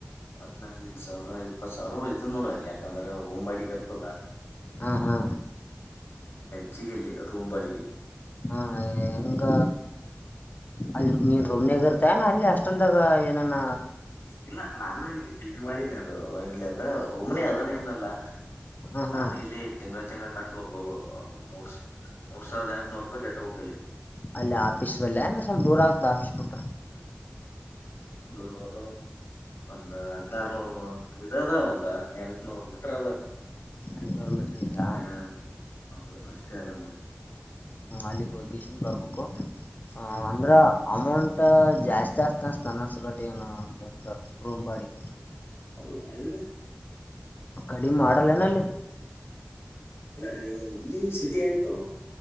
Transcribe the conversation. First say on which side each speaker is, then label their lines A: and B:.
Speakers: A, on the left; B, on the left.
A: ಹದ್ಿನೈದು ಸಾವಿರ ಆಯ್ತು ಇಪ್ಪತ್ತ್ ಸಾವ್ರ ಉಳಿತ್ ನೋಡ ಅಲ್ಲಿ ಯಾಕಂದ್ರೆ ರೂಮ್ಾಡಿಗೆ ಇರ್ತದ
B: ಹಾ ಹಾ
A: ಚ್ಚಗ ಇಲ್ಲಿ ರೂಮಂಬಾಡಿಗೆ
B: ಹ್ಮ್ ಹೆಂಗ ಅಲ್ಲಿ ಮನ್ ರೂಮ್ನ್ಗ ಇರ್ತನ ಅಲ್ಲಿ ಅಷ್ಟಟೆಲ್ದಾಗ ಏನಾನ
A: ಇಲ್ಲ ನಾನು ಇಲ್ಲಿ ಪಿ ಜಿ ಮಾಡಿನಿ ಅದು ಇಲ್ಲಿ ಅಂದ ರೂಮನೆ ಅದನ್ನ ಏನಲ್ಲಾ
B: ಹ್ಮ್ ಹ್ಮ್
A: ನಾನು ಇಲ್ಲಿ ತಿಂಗಗಳ ತಿಂಗಗಳ ಕಟ್ಬೇಕು ಮೂರ್ ಮೂರ್ ಸಾವಿದ ಎಂುನೂ ರಪಾಯ ಕಟ್ಟಬೇಕು ಇಲ್ಲಿ
B: ಅಲ್ಲ ಆಫೀಸ್ ಬಲ್ಲ ಏನ ಸ್ವಲ್ಪ ದೂರ ಆಗ್ತ ಆಫೀಸ್ ಬಿಟ್ಟ
A: ಅವರ <unintelligible> ಒಂದ್ ಹದಾರ್ನೂರ್ ಅ ಅದ ಒಂದ ಎಂ <inaudible> ನೂರು ಮೀಟರ್ ಅದ
B: ಎಂಟುನೂರು ಮೀಟರ್ ಐತಾ
A: ಹಾ ಹ ಅಷ್ಟ ಆಗಲು
B: ಹ್ಮ ಅಲ್ಲಿ ಬಗೀೇಶ್ನ್ ಬರ್ಬೇಕು ಹ
A: ಹ್ಮ್
B: ಅಂದ್ರ ಅಮೌಂಟ್ ಜಾಸ್ತಿ ಅಸ್ತ ಅತಾನಸಗಟ ಏನು ರೂಮ್ ಬಾಡಿಗೆ
A: ಹದ ಇದಕ್ಕೆ
B: ಕಡಿಮೆ ಮಾಡಲ್ಲೇಏನ ಅಲ್ಲಿ
A: ಇಲ್ಲಏನು ಇಲ್ಲಿ ಸಿಟಿ ಆಯ್ತು